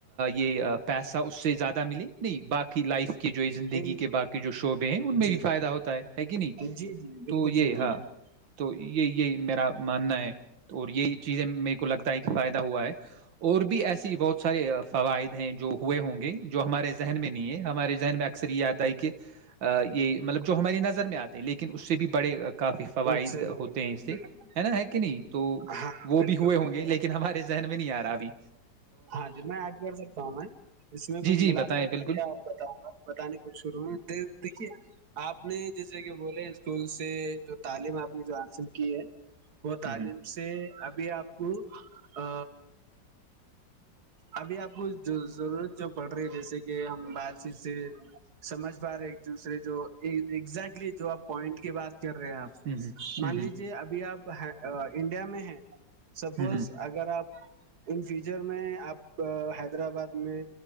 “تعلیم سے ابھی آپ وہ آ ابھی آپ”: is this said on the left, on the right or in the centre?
Right